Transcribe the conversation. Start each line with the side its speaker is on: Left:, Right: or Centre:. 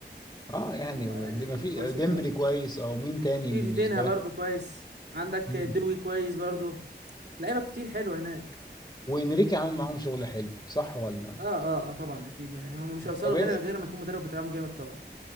Left: اه يعني
Right: و- يعني
Left: د- ما في
Right: كويسين
Left: ديمبلي
Right: قوي
Left: كويس او مين تاني
Right: في
Left: بالنسبة
Right: فيتينها برضو
Left: لك
Right: كويس عندك
Left: مم.
Right: دوي كويس برضو لعيبه كتير حلوه هناك
Left: وانريكي عامل معاهم شغل حلو صح ولا
Right: اه اه اه طبعا اكيد يعني هم مش هيوصلوا
Left: طب
Right: هنا
Left: إيه-
Right: غير ما يكون مدرب بتاعهم جامد طبعا